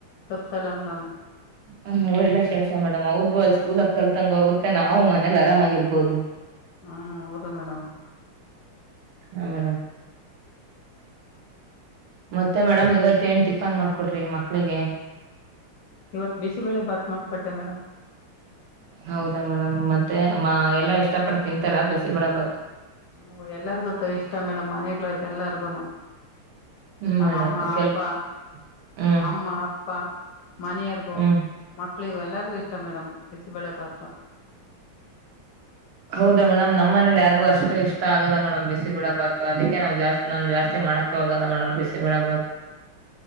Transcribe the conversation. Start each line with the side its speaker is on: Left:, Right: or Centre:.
Left: ತಪ್ಸಲ್ಲ ಮೇಡಮ್.
Right: ಹ್ಮ ಒಳ್ಳೆ ಕೆಲ್ಸ ಮೇಡಮ್ ಅವ್ರಗು ಅಲ್ಲಿ ಸ್ಕೂಲ್ ಹಕ್ಕಲ್ ತಂಗ ಹೋಗುತ್ತೆ ನಾವು ಮನೇಲಿ ಆರಾಮಾಗಿರ್ಬೋದು.
Left: ಹ್ಮ್ ಹೌದು ಮೇಡಮ್
Right: ಹಾ ಮೇಡ್ ಮತ್ತೆ ಮೇಡಮ್ ಇವತ್ತ ಏನ್ ಟಿಫನ್ ಮಾಡ್ಕೊಟ್ರಿ ಮಕ್ಳಿಗೆ?
Left: ಇವತ್ ಬಿಸಿಬಳೆ ಬಾತ್ ಮಾಡ್ಕೊಟ್ಟೆ ಮೇಡಮ್.
Right: ಹೌದಾ ಮೇಡಮ್ ಮತ್ತೆ ಎಲ್ಲಾ ಇಷ್ಟ ಪಡ್ ತಿಂತಾರಾ ಬೇಸಿಬಳಾಬತ್?
Left: ಹ್ಮ ಎಲ್ಲಾರ್ಗೂ ಇಷ್ಟ ಮೇಡಮ್ ಮನಕ್ಳರ್ ಎಲ್ಲಾರ್ಗುನು.
Right: ಹ್ಮ್
Left: ನಮ್ಮ
Right: ಮೇಡಮ್
Left: ಅಮ್ಮ
Right: ಕೆಲ್
Left: ಅಪ್ಪ
Right: ಹ್ಮ್
Left: ಅಮ್ಮ ಪ್ಪ ಮನಿಯರ್ಗೂ
Right: ಹ್ಮ್
Left: ಮಕ್ಕಳಿಗೂ ಎಲ್ಲ ಇಷ್ಟ ಮೇಡಮ ಬಿಸಿಬೇಳೆ ಬಾತು
Right: ಹೌದಾ ಮೇಡಮ್ ನಮ್ಮ ಮನೇಲಿ ಯಾರಿಗು ಅಷ್ಟು ಇಷ್ಟ ಆಗಲ್ಲ ಮೇಡಮ್ ಬಿಸಿ ಬೆಳೆ ಬಾತು ಅದಕ್ಕೆ ನಾವು ಜಾಸ್ತಿ ನಾನು ಜಾಸ್ತಿ ಮಾಡೋಕೆ ಹೋಗಲ್ಲ ಮೇಡಮ್ ಬಿಸಿ ಬೆಳೆ ಬಾತ್.